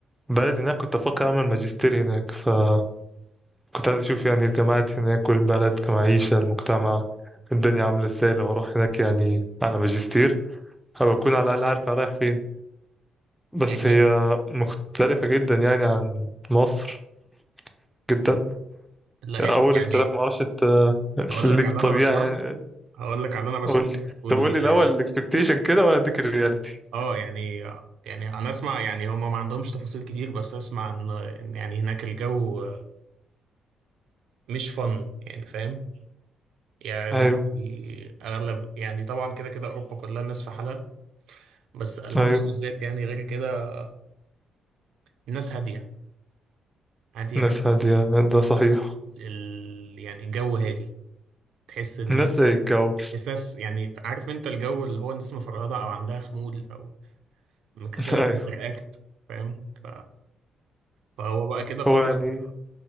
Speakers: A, in the centre; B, on the right.
A: البلد هناك كنت افكر اعمل ماجستير هناك فكنت عايز اشوف يعني الجامعات هناك والبلد كمعيشه المجتمع الدنيا عامله ازاي لو هروح هناك يعني على ماجستير هبقى اكون على الاقل عارف أنا رايح فين بس
B: إيه لا
A: هي مختلفة جدا يعني عن مصر جدا
B: لقيت
A: أول
B: يعني
A: اختلاف معرفش أنت <laughs>
B: هقول لك
A: ليك
B: على
A: طبيعة
B: اللي انا بسمعه
A: يعني
B: هقول لك على اللي انا بسمعه
A: قول لي
B: وتقول
A: طب قول لي الأول
B: يعني
A: الإكسبكتيشن كده وهديك الرياليتي
B: اه يعني يعني انا اسمع يعني هم ما عندهمش تفاصيل كتير بس اسمع ان إن يعني هناك الجو مش فن يعني فاهم يعني
A: أيوه
B: اغلب يعني طبعا كده كده اوروبا كلها الناس في حالها بس المانيا
A: أيوه
B: بالذات يعني غير كده الناس هاديه هاديه
A: ناس
B: هادية.
A: هادية ده صحيح
B: ال... يعني الجو هادي تحس الناس
A: ناس زي الجو
B: تحس ناس يعني عارف انت الجو اللي هو الناس مفرهدة او عندها خمول او مكسلة
A: <laughs> أيوه
B: تنتراكت فاهم ف... فهو بقى كده خالص
A: هو يعني